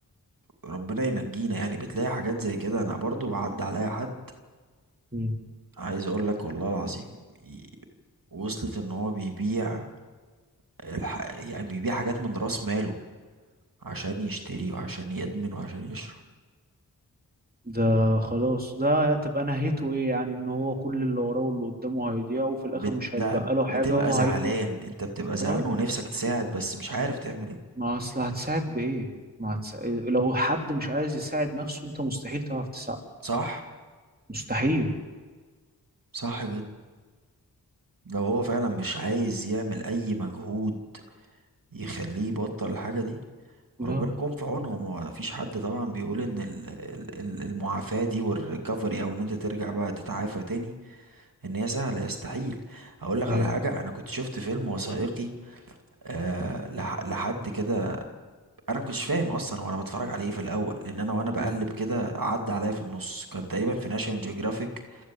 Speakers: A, on the right; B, on the right.
A: ربنا ينجينا يعني بتلاقي حاجات زي كده انا برضو عدى عليا حد
B: مم.
A: عايز اقول لك والله العظيم ي- وصلت ان هو بيبيع الح... يعني بيبيع حاجات من راس ماله عشان يشتري وعشان يدمن وعشان يشرب
B: ده خلاص ده تبقى نهايته ايه يعني ان هو كل اللي وراه واللي قدامه هيضيع وفي الاخر
A: بت...
B: مش
A: لا
B: هيتبقى له حاجة
A: بتبقى
B: وهيموت
A: زعلان انت بتبقى زعلان
B: اه
A: ونفسك تساعد بس مش عارف تعمل ايه
B: ما اصل هتساعد بايه ما هتساعد. لو حد مش عايز يساعد نفسه انت مستحيل تعرف تساعد
A: صح
B: مستحيل
A: صح جدا لو هو فعلا مش عايز يعمل اي مجهود يخليه يبطل الحاجة دي وربنا
B: لا
A: يكون في عونهم هو مفيش حد طبعا بيقول ان ال- ال- ال- المعافاة دي والريكفري او ان انت ترجع بقى تتعافى تاني ان هي سهلة يستحيل اقول لك
B: ايوه
A: على حاجة انا كنت شفت فيلم وثائقي آه لح- لحد كده انا ما كنتش فاهم اصلا وانا بتفرج عليه إيه في الاول لان انا وانا بقلب
B: ايوه
A: كده عدى عليا في النص كان تقريبا في ناشيونال جيوغرافيك